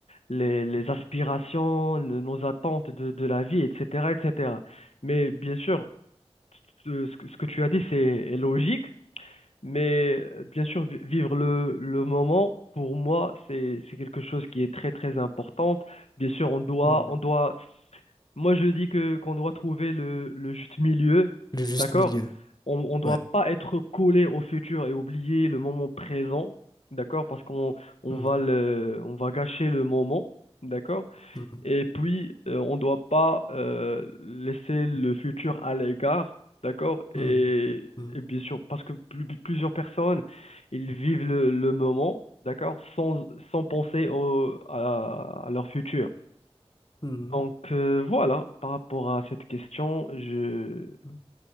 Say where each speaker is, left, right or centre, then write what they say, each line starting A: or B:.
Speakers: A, on the left (about 80°); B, on the left (about 40°).
A: Les, les aspirations, le- nos attentes de, de la vie, etc., etc. Mais bien sûr, ce ce que ce que tu as dit, c'est est logique. Mais euh, bien sûr, vi- vivre le, le moment, pour moi, c'est, c'est quelque chose qui est très, très importante. Bien sûr, on doit,
B: Hmm.
A: on doit, moi, je dis que, qu'on doit trouver le, le juste milieu,
B: Le juste
A: d'accord?
B: milieu.
A: On, on doit
B: Ouais.
A: pas être collé au futur et oublier le moment présent, d'accord? Parce qu'on, on
B: Hmm.
A: va le, on va gâcher le moment, d'accord?
B: Hmm.
A: Et puis, euh, on ne doit pas euh, laisser le futur à l'égard, d'accord?
B: Hmm.
A: Et,
B: Hmm.
A: et bien sûr, parce que plus- plusieurs personnes, ils vivent le, le moment, d'accord? Sans, sans penser au, à, à leur futur.
B: Hmm.
A: Donc euh, voilà, par rapport à cette question, je,
B: Hmm.